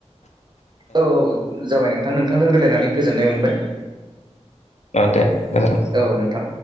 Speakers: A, on the right; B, on the left.
A: औ औ जाबाय नोंथां नोंथांजों रायलायनानै गोजोननाय मोनबाय।
B: अ दे मोजां
A: औ नोंथां